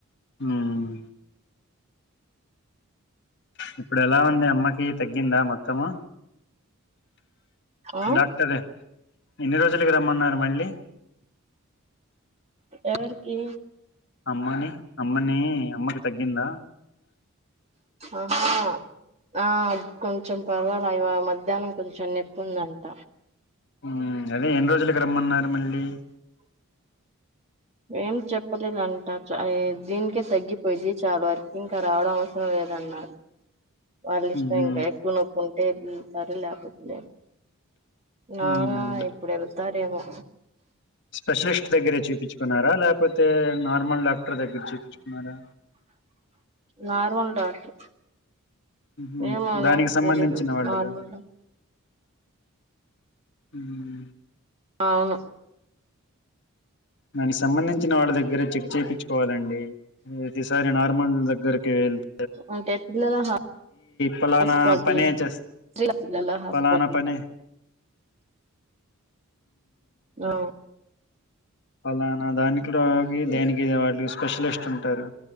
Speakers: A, on the left; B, on the right.
A: హామ్ ఇప్పుడు ఎలా ఉంది అమ్మకి తగ్గి తగ్గిందా మొత్తము
B: ఆ
A: డాక్టరు ఎన్ని రోజులకి రమ్మన్నారు మళ్ళీ
B: ఎవరికి
A: అమ్మని అమ్మని అమ్మకి తగ్గిందా
B: ఆహా ఆ కొంచెం పర్వాల ఇవ మధ్యాహ్నం కు చెం నప్పు ఉందంట
A: ఉ అ అదే ఎన్ని రోజులకి రమ్మన్నారు మళ్ళీ
B: ఏం చెప్పలేదంట దీనికే తగ్గిపోయిద్ది చాలా వరకు ఇంకా రావడం వ ఏం లేదన్నా వాళ్ళ ఇష్టం
A: ఉహు
B: ఇంకా ఎక్కువ నొప్పి ఉంటే వెళతారు లేకపోతేలే నారా
A: ఉమ్
B: ఇప్పుడు తరేమో
A: స్పెషలిస్ట్ దగ్గరే చూపించుకున్నారా లేపో లీకపోతే నార్మల్ డాక్టర్ దగ్గర చూపించుకున్నారా
B: నార్మల్ డాక్టర్
A: ఉహు
B: ఏమో
A: దానికి
B: నాకు
A: సంబంధించిన
B: తెలీదు
A: వాళ్ళు
B: మా అమ్మ
A: కాదు హమ్
B: అవును
A: దానికి సంబంధించిన వాళ్ళ దగ్గరే చెక్ చేయించుకోవాలండి ప్రతిసారి నార్మల్ దగ్గరకి వెళ్త
B: అంటే పిల్లలా హాస్పటిల్
A: పలానా పనే
B: పక్కన
A: చేస్
B: పిల్లల హాస్పిటల్
A: పలానా పనే
B: ఆ
A: ఫలానా దానికి దానికిద వాళ్ళు స్పెషలిస్ట్ ఉంటారు